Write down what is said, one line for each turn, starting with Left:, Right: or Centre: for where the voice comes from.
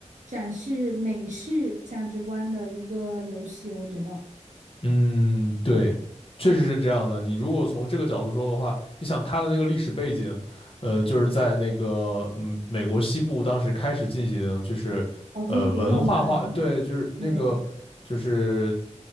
Right: 展示美式价值观的一个游戏，我觉得。
Left: 嗯，对，确实是这样的。你如果从这个角度说的话，你想它的那个历史背景，呃，就是在那个嗯美国西部当时开始进行就是呃文化化，
Right: 淘金活动嘛，
Left: 对，就是那个就是
Right: 对，